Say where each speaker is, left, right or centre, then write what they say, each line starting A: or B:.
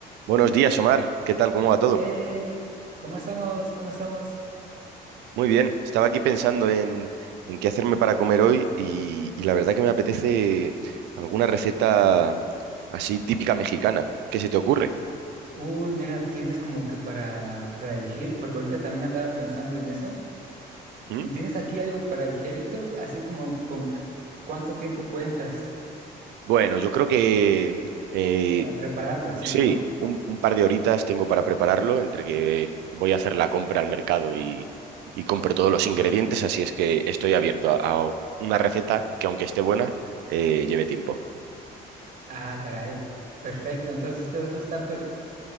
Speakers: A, on the right; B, on the right.
A: Buenos días, Omar. ¿Qué tal? ¿Cómo va todo?
B: Hey, ¿Cómo estamos? ¿Cómo estamos?
A: Muy bien. Estaba aquí pensando en, en qué hacerme para comer hoy y, y la verdad que me apetece alguna receta así típica mexicana. ¿Qué se te ocurre?
B: Uy, mira, tienes como que para, para elegir, porque ahorita también andaba pensando en eso.
A: ¿Mm?
B: ¿Y tienes aquí algo para ligerito, así como con c- cuánto tiempo cuentas
A: Bueno, yo creo que eh,
B: para prepararlo, así,
A: sí,
B: ¿no?
A: un, un par de horitas tengo para prepararlo entre que voy a hacer la compra al mercado y, y compro todos los ingredientes, así es que estoy abierto a, a una receta que aunque esté buena, eh, lleve tiempo.
B: Ah, caray. Perfecto. Entonces todo eso está per-